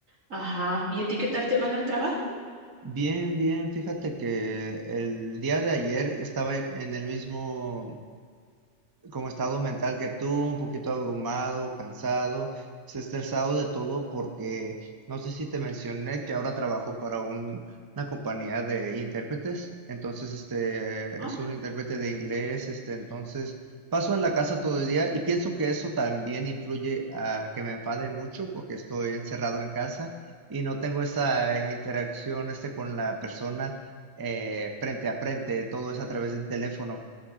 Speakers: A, on the right; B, on the right.
A: Ajá, ¿y a ti qué tal te van al trabajo?
B: Bien, bien, fíjate que el día de ayer estaba en el mismo como estado mental que tú, un poquito abrumado, cansado, estresado de todo porque no sé si te mencioné que ahora trabajo para un- una compañía de intérpretes, entonces este
A: ¿Ah?
B: es un intérprete de inglés, este entonces paso en la casa todo el día y pienso que eso también influye a que me enfade mucho porque estoy encerrado en casa y no tengo esa interacción este con la persona eh, frente a frente, todo es a través del teléfono.